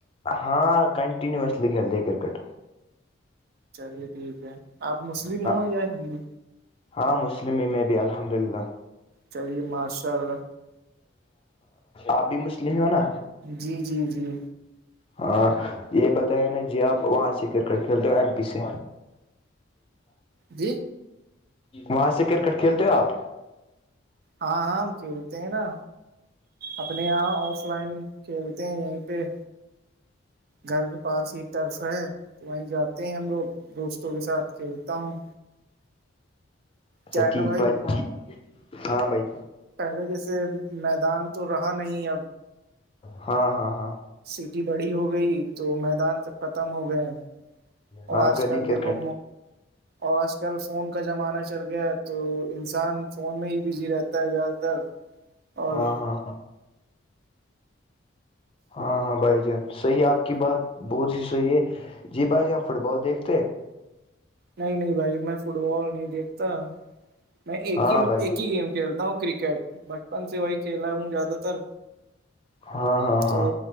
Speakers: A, on the left; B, on the right.
A: ہاں کنٹینوسلی کھیلتے کرکٹ
B: چلیے ٹھیک ہے آپ مسلم
A: ہاں
B: ہوں یا ہندو
A: ہاں مسلم ہی میں بھی الحمد للہ
B: چلیے ماشاء اللہ
A: آپ بھی مسلمم ہو نا
B: جی جی جی
A: ہاں یہ بتایا نا جی آپ وہاں سے کرکٹ کھیلتے ہو ایم پی سے
B: جی
A: وہاں سے کرکٹ کھیلتے ہو آپ
B: ہاں ہاں ہم کھیلتے ہیں نا اپنے یہاں آف لائن کھیلتے ہیں یہیں پہ گھر کے پاس یہ ٹرف ہے تو وہیں جاتے ہیں ہم لوگ دوستوں کے ساتھ کھیلتا ہوں
A: اچھا
B: کیا ہے
A: ٹھیک
B: نا بھائی
A: بائی ج ہاں بھائی
B: پہلے جیسے میدان تو رہا نہیں اب
A: ہاں ہاں ہاں
B: سیٹی بڑی ہو گئی تو میدان سب ختم ہو گئے اور
A: ہاں
B: آج
A: گلی
B: کل
A: کرکٹ
B: دیکھو اور آج کل فون کا زمانہ چل گیا ہے تو انسان فون میں ہی بزی رہتا ہے زیادہ تر اور
A: ہاں ہاں ہاں ہاں ہاں بھائی جان صحیح آپ کی بات بہت ہی صحیح ہے جی بھائی جان فٹ بال دیکھتے ہیں
B: نہیں نہیں بھائی میں فٹ بال نہیں دیکھتا میں ایک
A: ہاں
B: ہی
A: بھائی
B: ایک ہی گیم کھیلتا ہوں کرکٹ بچپن سے وہی کھیلا ہوں زیادہ تر
A: ہاں ہاں
B: تو
A: ہاں